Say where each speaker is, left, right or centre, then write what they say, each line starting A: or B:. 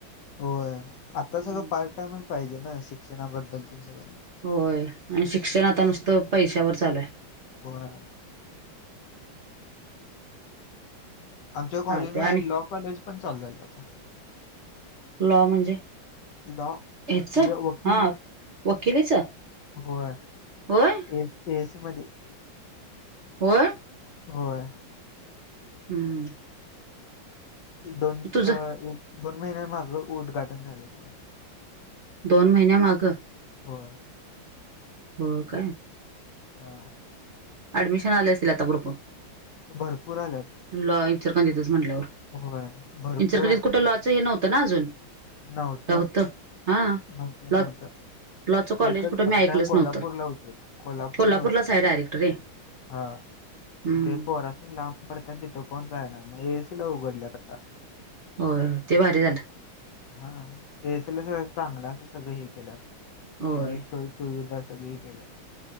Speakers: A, on the left (about 70°); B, on the right (about 45°).
A: होय. आताचा
B: हम्म
A: त पार्ट टाइमच पाहिजे ना. शिक्षणाबद्दल ते सगळं.
B: होय. आण शिक्षण आता नुसतं, पैशावर चालूय.
A: होय. आमच्या कॉलेज
B: चालते
A: मध्ये,
B: आणि
A: लॉ कॉलेज पण चालू झालंय आता.
B: लॉ म्हणजे.
A: लॉ
B: हेच.
A: हे वकील
B: हा, वकिलीच?
A: होय.
B: होय
A: ए एसी मदी.
B: हो
A: होय
B: हम्म
A: दोन
B: तुझ
A: अ एक दोन महिन्या माग उद्घाटन झालयं त्यांच
B: दोन महिन्या मागं.
A: होय
B: हो काय
A: हा
B: ऍडमिशन आले असतील भरपूर.
A: भरपूर आल्यात.
B: लॉ इचलकरंजीत म्हटल्यावर
A: होय भरपूर
B: इचलकरंजीत कुठं लॉच हे नव्हतं ना अजून.
A: नव्हत
B: काय होतं हा
A: नव्हतं
B: लॉ
A: नव्हतं.
B: लॉचं कॉलेज
A: एकच
B: कुठं मी ऐकलंच
A: कोल्हापूरला
B: नव्हतं
A: होत कोल्हापूरला
B: कोल्हापूरलाच
A: होत ते
B: आहे डायरेक्ट रे
A: हा
B: हम्म
A: ते पोरांनी लांब पडते न तिथं कोण जाईना मग एसी ला उघडल्या आता
B: बर ते भारी झालं.
A: हा एसल सगळ चांगलं असं सगळं हे केलं.
B: होय
A: सगळी सोय सुविधा सगळी ही केल्या.